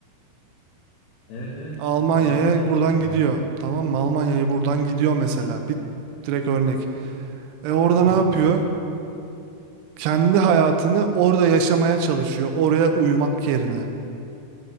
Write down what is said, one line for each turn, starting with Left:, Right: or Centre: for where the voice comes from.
Left: Evet evet.
Right: Almanya'ya
Left: Ne yapacak?
Right: buradan
Left: Anladın
Right: gidiyor.
Left: mı?
Right: Tamam mı? Almanya'ya buradan gidiyor mesela. Bir direkt örnek. E orada
Left: Aha.
Right: ne yapıyor? Kendi hayatını orada yaşamaya çalışıyor. Oraya uyumak yerine.